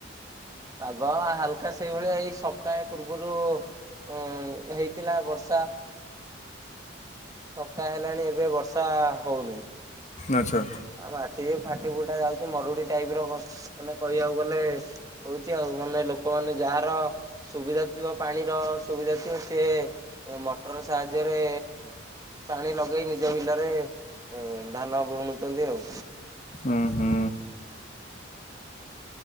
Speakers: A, on the right; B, on the left.
A: ପାଗ ହାଲକା ସେଇଭଳିଆ ଏଇ ସପ୍ତାହେ ପୂର୍ବରୁ ଉଁ ହେଇ ଥିଲା ବର୍ଷା। ସପ୍ତାହେ ହେଲାଣି ଏବେ ବର୍ଷା ହୋଉନାଇଁ।
B: ଆଚ୍ଛା।
A: ଆଉ ମାଟି ବି ଫାଟି ଫୁଟା ଯାଉଚି ମରୁଡି ଟାଇପର ମାନେ କହିବାକୁ ଗଲେ। ହୋଉଚି ଆଉ ମାନେ ଲୋକମାନୋନେ ଯାହାର ସୁବିଧା ଥିବ ପାଣିର ସୁବିଧା ଥିବ ସିଏ ମଟର ସାହାଯ୍ୟରେ ପାଣି ଲଗେଇ ନିଜ ବିଲରେ ଏଁ ଧାନ ବୁଣୁଚନ୍ତି ଆଉ।
B: ହୁଁ ହୁଁ।